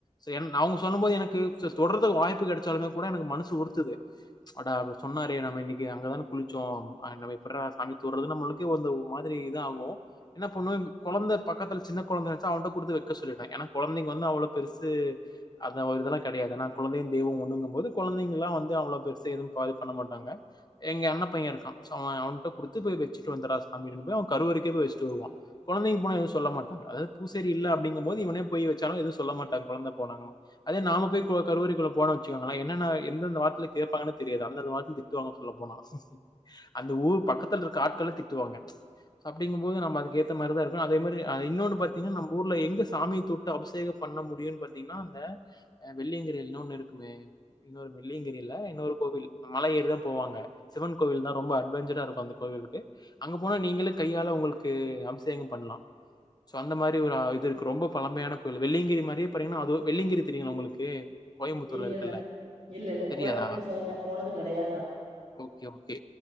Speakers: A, on the left; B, on the right.
A: சேரின்னு அவங்க சொல்லும் போது எனக்கு செ தொடர்து வாய்ப்பு கெடச்சாலுமே கூட எனக்கு மனசு உறுத்துது அதா அவரு சொன்னாரே நம்ம இன்னைக்கு அங்கதான குளிச்சோ அ நம்ம எப்படிடா சாமி தொட்ர்றது நம்மளுக்கே வந்து ஒ மாதிரி இது ஆகு என்ன பொண்ணு கொழந்த பக்கத்துல சின்ன கொழந்த இருந்ச்சா அவன்ட கொடுத்து வைக்க சொல்லிடே ஏன்னா கொழந்தைங்க வந்து அவ்வளோ பெருசு அந்த ஒரு இதெல்லா கெடையாது எனா கொழந்தைையு தெய்வ ஒண்ணுங்கும் போது கொழந்தைங்கலா வந்து அவ்ளோ பெருசு எதுவு பாது பண்ண மாட்டாங்க எங்க அண்ண பைய இருக்கா சோ அவ அவன்ட்ட கொடுத்து போய் வெச்சுட்டு வந்துறா சாமிட்டன்னு போய் அவ கருவரைக்கு போய் வெச்ட்டு வருவா கொழந்தைங்க போனா எதுவு சொல்ல மாட்டாங்க அதாவது பூசாரி இல்ல அப்டிங்கும் போது இவனே போய் வெச்சாலு எதுவு சொல்ல மாட்டாங்க கொழந்த போனா எல்லா அதே நாம போய் கோ கருவரைக்குள்ள போனா வெச்சுக்கோங்களே என்னன்னா எந்த எந்த வார்த்தைல கேப்பாங்கன்னே தெரியாது அந்த வார்த்த திட் டுவாங்க சொல்ல போனா அந்த ஊர் பக்கத்துல இருக்க ஆட்கள்லே திட்டுவாங்க அப்டிங்கும்போது நம்ம அதுக்கேத்த மாரிதா இருக்குனு அதே மாரி அ இன்னொன்னு பாத் தீங்க நம்ம ஊர்ல எங்க சாமிய தொட்டு அபிசேக பண்ண முடியுன் பாத்தீங்கனா ஆ அ வெள்ளியங்கிரில் இன்னொன்னு இருக்கு மே இன்னொரு வெள்ளயங்கிரில்ல இன்னொரு கோவில் மல ஏறிதா போவாங்க சிவன் கோவில் தா ரொம்ப அட்வெஞ்சரா இருக்கு அந்த கோவிலுக்கு அங்க போன நீங்களே கையால உங்களுக்கு அபிசேக பண்லா சோ அந்த மாரி ஒரு ஆ இது இருக்கு ரொம்ப பழமையான கோயில் வெள்ளியங்கிரி மாரியே பாத்தீங்கன்னா அது வெள்ளியங்கிரி தெரியுள உங்களுக்கு கோயம்புத்தூர்ல
B: இல்ல
A: இருக்குல்ல.
B: இல்ல இல்ல இல்ல
A: தெரியாதா?
B: கோயம்புத்தூர் சைடு நா போனது கெடையா
A: ஓகே ஓகே